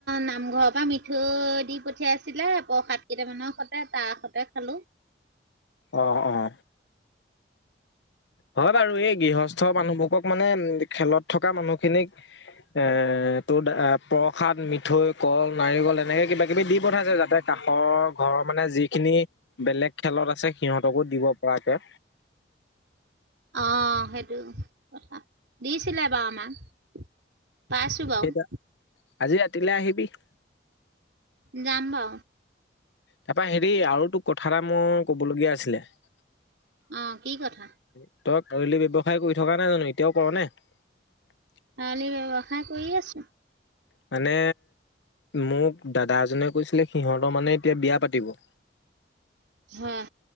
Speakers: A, on the right; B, on the left.
A: নামঘৰৰ পৰা মিঠোই দি পঠিয়াইছিলে প্ৰসাদ কেইটামান সতে তাৰ সতে খালো।
B: অহ অহ। হয় বাৰু এই গৃহস্থ মানুহ বোৰকক মানে খেলত থকা মানুহ খিনিক এ তোৰ প্ৰসাদ মিঠোই কল নাৰিকল এনেকে কিবা কিবি দি পঠাইছে যাতে কাষৰ ঘৰৰ মানে যিখিনি বেলেগ খেলত আছে সিহঁতকো দিব পৰাকে।
A: অ সেইটো কথা দিছিলে বাৰু আমাক। পাইছো বাৰু।
B: সেই তা- আজি আহিবি <unintelligible>
A: যাম ৰ।
B: তাৰপৰা হেৰি আৰু তুক কথা এটা মোৰ কবলগীয়া আছিলে তই
A: অ', কি কথা?
B: আলি ব্যৱসায় কৰি থকা নাই জানো এতিয়াও কৰ নে <unintelligible>
A: আলি ব্যৱসায় কৰি আছে।
B: মানে মোক দাদা এজনে কৈছিলে সিহঁতৰ মানে এতিয়া বিয়া পাতিব
A: হয়।